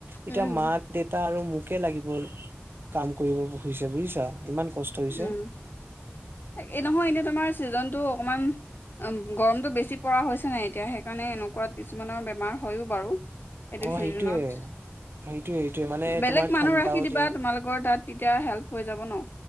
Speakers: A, on the right; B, on the left.
A: এতিয়া
B: উম
A: মা দেউতা আৰু মোকে লাগিব কাম কৰিব নোখোজিছো বুজিছা ইমান কষ্ট হৈছে
B: উম, এই নহয় এনেই তোমাৰ ছিজনটো অকমান গৰমতটো বেছি পৰা হৈছে নাই এতিয়া সেইকাৰণে এনেকোৱাত কিছুমানৰ বেমাৰ হয়ও বাৰু এইটো
A: অ
B: চিজনত
A: সেইটোয়ে সেইটোয়ে সেইটোয়ে মানে
B: বেলেগ
A: তোমাৰ ঠাণ্ডাও
B: মানুহ ৰাখি দিবা
A: দিয়ে
B: তোমালোকৰ তাত। তেতিয়া হেল্প হৈ যাব ন